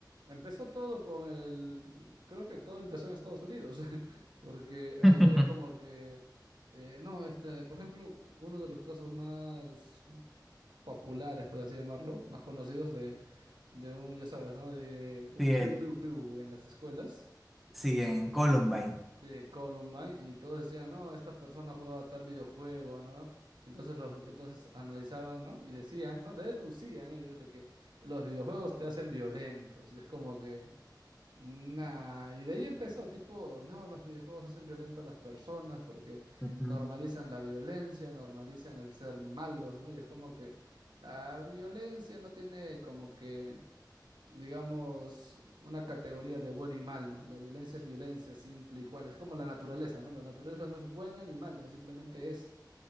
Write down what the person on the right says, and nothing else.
empezó todo con el, creo que todo empezó en Estados Unidos, <laughs> porque ayer
es como que, eh, no, este, por ejemplo, uno de los casos más populares, por así llamarlo, más conocidos de, de un, ya sabes, ¿no? De un
piu
piu piu en las escuelas.
Sí, Columbine, y todos decían, no, esta persona jugaba tal videojuego, ¿no? Entonces, los, entonces analizaban, ¿no? Y decían, ¿no? Deducían ellos de que los videojuegos te hacen violentos, y es como que, nah, y de ahí empezó, tipo, no, los videojuegos hacen violento a las personas porque
normalizan la violencia, normalizan el ser malos, ¿no? Y es como que la violencia no tiene como que digamos, una categoría de bueno y malo. La violencia es violencia, simple y cual. Es como la naturaleza, ¿no? La naturaleza no es buena ni mala, simplemente es,